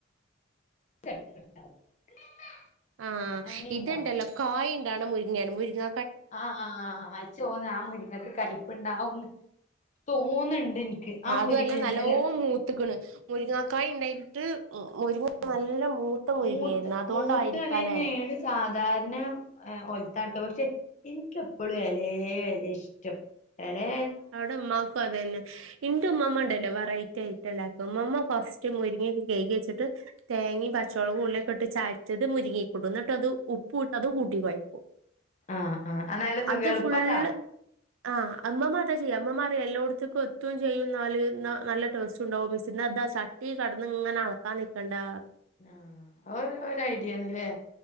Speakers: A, on the left (about 35°); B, on the right (about 80°).
A: <unintelligible>
B: ആഹ്
A: അങ്ങനെ
B: ഇത്ണ്ടല്ലോ
A: ഉണ്ടാവും
B: കായിണ്ടാണ് മുരിങ്ങയാണ് മുരിങ്ങ
A: ആഹ് ആഹ് ഇചോന്ന് ആ മുരിങ്ങക്ക് കയപ്പുണ്ടാവുന്ന് തോന്നുന്നുണ്ട് എനിക്ക് ആ
B: അതുല്ല
A: മുരിങ്ങന്റെ
B: നല്ലോ
A: എല
B: മൂത്ത്ക്ക്ണ് മുരിങ്ങാക്കായ് ഉണ്ടായിട്ട് ഉ മുരിങ്ങ
A: ആ
B: നല്ല മൂത്ത മുരുങ്ങിയായിരുന്നു
A: മൂത്ത്
B: അതുകൊണ്ടായിരിക്കല്ലെ
A: മൂത്ത എലന്നെയാണ് സാധാരണ ഒൽത്താട്ട് പക്ഷെ എനിക്ക് എപ്പോഴും എലെ എലെ ഇഷ്ട്ടം എലെ
B: അടെമാക്കും അതെന്നെ ഇന്റുമ്മമ്മ ഉണ്ടല്ലോ വെറൈറ്റി ഐറ്റം ഉണ്ടാക്ക മമ്മ ഫസ്റ്റ് മുരിങ്ങിയൊക്കെ കഴുകിച്ചിട്ട് തേങ്ങയും പച്ചോളകും ഉള്ളിയൊക്കെ ഇട്ട് ചതച്ചത് മുരിങ്ങീക്കിടും എന്നിട്ട് അത് ഉപ്പൂ അത് കൂട്ടി കൊയക്കും
A: ആഹ് ആഹ് നല്ല സുഖ
B: അത്
A: എളുപ്പതാ
B: ഫുള്ള് ആ അമ്മ എന്താ ചെയ്യാ അമ്മമാറിയു എല്ലോടത്തക്കും റ്റം ചെയ്യുന്നാല് നല്ല ടേസ്റ്റ് ഉണ്ടാവും മിസ് ഇന്നതാ ചട്ടി കടന്ന ഇങ്ങനെ അളക്കാൻ നൽക്കണ്ടറിയു
A: ആഹ ഒരു ഒരു ഐഡിയ ആണല്ലേ